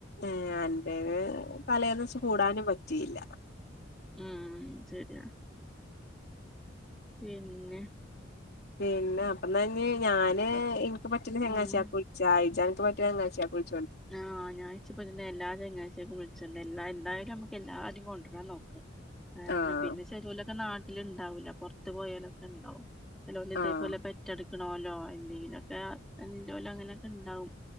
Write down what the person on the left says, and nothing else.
ഏഹ് അന്റെത് തലേന്ന്ച്ച് കൂടാനും പറ്റിയില്ല
പിന്നെ അപ്പന്നഞ് ഞാന് എൻക്ക് പറ്റ്ന്ന ചെങ്ങായ്ച്യാക്ക്
വിൾച്ചാ <unintelligible>
ആഹ്
ആഹ്